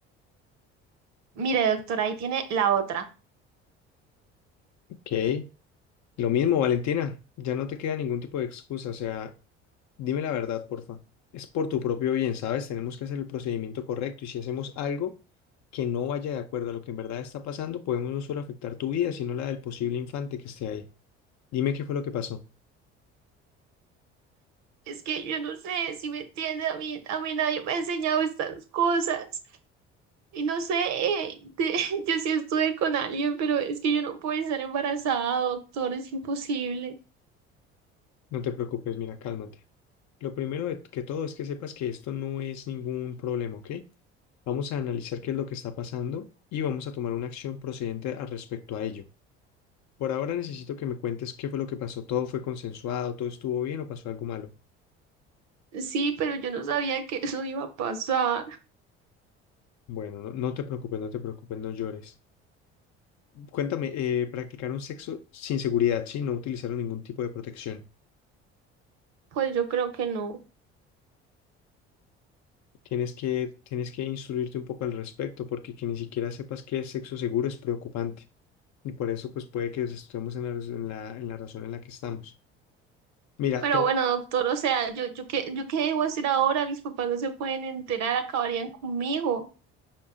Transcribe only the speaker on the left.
Ok. Lo mismo, Valentina. Ya no te queda ningún tipo de excusa. O sea, dime la verdad, porfa. Es por tu propio bien, ¿sabes? Tenemos que hacer el procedimiento correcto y si hacemos algo que no vaya de acuerdo a lo que en verdad está pasando, podemos no solo afectar tu vida, sino la del posible infante que esté ahí. Dime qué fue lo que pasó.
No te preocupes, mira, cálmate. Lo primero de- que todo es que sepas que esto no es ningún problema, ¿ok? Vamos a analizar qué es lo que está pasando y vamos a tomar una acción procedente al respecto a ello. Por ahora necesito que me cuentes qué fue lo que pasó. ¿Todo fue consensuado? ¿Todo estuvo bien o pasó algo malo?
Bueno, no, no te preocupes, no te preocupes, no llores. Cuéntame, eh, practicaron sexo sin seguridad, ¿sí? No utilizaron ningún tipo de protección.
Tienes que, tienes que instruirte un poco al respecto, porque que ni siquiera sepas qué es sexo seguro es preocupante. Y por eso, pues puede que estemos en la, raz- en la, en la razón en la que estamos. Mira,
te,